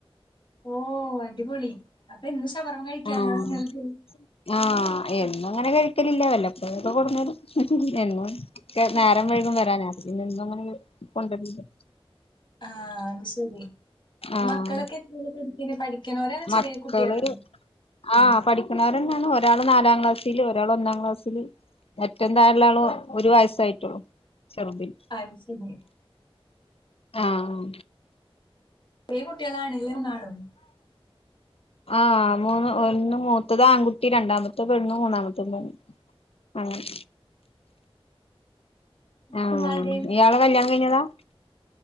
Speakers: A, on the left (about 50°); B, on the left (about 75°).
A: ഓ അടിപൊളി അപ്പൊ എന്നും ശവർമ്മ കഴിക്കാലോ
B: ആഹ്
A: നിങ്ങൾക്ക്
B: ആഹ് എന്നും ങ്ങനെ കഴിക്കലില്ല വല്ലപ്പോഴൊക്കെ കൊട്ന്നേരും എന്നും ഇക്ക നേരം വഴ്കും വരാന് അത് പിന്നെ എന്നും അങ്ങനെ കൊണ്ടുവരലിണ്ട്
A: ആഹ് അത്ശരി
B: ആഹ്
A: മക്കളൊക്കെ എത്രീലാ പഠിക്കണെ പഠിക്കണോരാണോ
B: മക്കള്
A: ചെറിയ കുട്ട്യാളാ?
B: ആഹ് പഠിക്കുണോരന്നാണ് ഒരാള് നാലാം ക്ലാസ്സില് ഒരാള് ഒന്നാം ക്ലാസ്സില് ഏറ്റവും താഴള്ള ആള് ഒരു വയസ്സായിട്ടുള്ളൂ ചെറുതിന്
A: അത് ശരി
B: ആഹ്
A: റ്യേ കുട്ട്യാളാണ് ല്ലേ മൂന്നാളും
B: ആഹ് മൂന്ന് ഒന്ന് മൂത്തത് ആൺകുട്ടി രണ്ടാമത്തെ പെണ്ണും മൂന്നാമത്തെ പെണ്ണ് അങ്ങനെ ആഹ്
A: നിങ്ങളുടെയും
B: ഇയാള കല്യാണം കഴിഞ്ഞതാ.